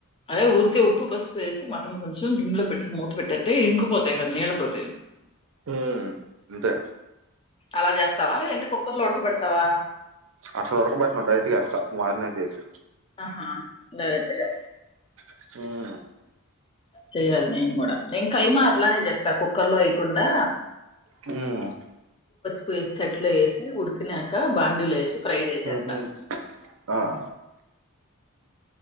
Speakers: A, on the left; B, on the right.
A: అదే ఊరికే ఉప్పు పసుపు వేసి మటన్ కొంచెం గినీలో పెట్టటి మూత పెట్టేతే ఇంగకుపోతాయి కదా నీళ్ళతోటి
B: ఉమ్ అంతే
A: అలా చేస్తావా లేదంటే కుక్కర్ లో ఉడకబేడుత వా
B: అసలు ఉడకబెట్టను డైరెక్ట్ వేస్తా మారినేట్ చేసి
A: ఆహా డైరెక్ట్ గా
B: హ్మ్
A: చెయాలి నేను కూడా నేను కైమా అట్లానే చేస్తా కుక్కర్ లో వేయకుండా
B: హ్మ్
A: పేస్ట్ అట్లే వేసి ఉడికినాక బాండిల వేసి ఫ్రై చేసే
B: ఉహు
A: త
B: ఆ